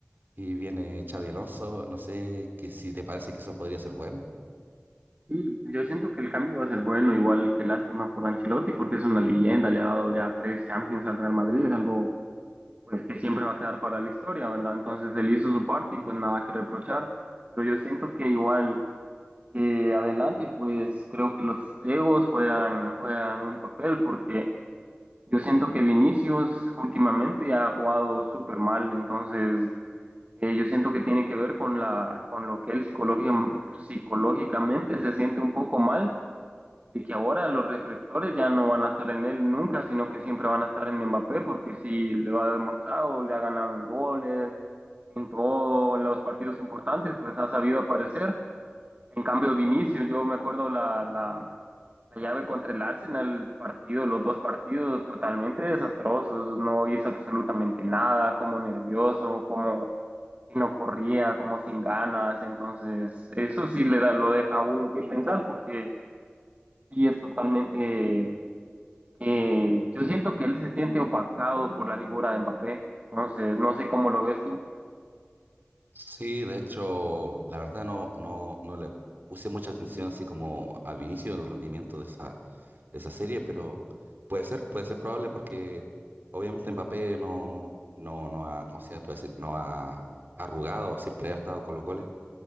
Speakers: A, on the right; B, on the right.
A: y viene Xavi Alonso. No sé que si te parece que eso podría ser bueno.
B: Y yo siento que el cambio va a ser bueno, igual que lástima por Ancelotti, porque es una leyenda, le ha dado ya tres Champions al Real Madrid, es algo pues, que siempre va a quedar para la historia, ¿verdad? Entonces él hizo su parte y pues nada que reprochar, pero yo siento que igual eh, adelante, pues creo que los egos juegan, juegan un papel, porque yo siento que Vinicius últimamente ha jugado súper mal, entonces eh, yo siento que tiene que ver con, la, con lo que él psicológica- psicológicamente se siente un poco mal de que ahora los reflectores ya no van a estar en él nunca, sino que siempre van a estar en Mbappé, porque sí lo ha demostrado, le ha ganado en goles, en todo, en los partidos importantes, pues ha sabido aparecer. En cambio, Vinicius, yo me acuerdo la, la, la llave contra el Arsenal, partido, los dos partidos totalmente desastrosos, no hizo absolutamente nada, como nervioso, como que no corría, como sin ganas, entonces eso sí le da, lo deja a uno que pensar, porque y es totalmente, eh, yo siento que él se siente opacado por la figura de Mbappé. Entonces, no sé cómo lo ves tú.
A: Sí, de hecho, la verdad no, no, no le puse mucha atención así como al inicio del rendimiento de esa, de esa serie, pero puede ser, puede ser probable porque obviamente Mbappé no, no, no ha, ¿cómo se puede decir? No ha arrugado, siempre ha estado con los goles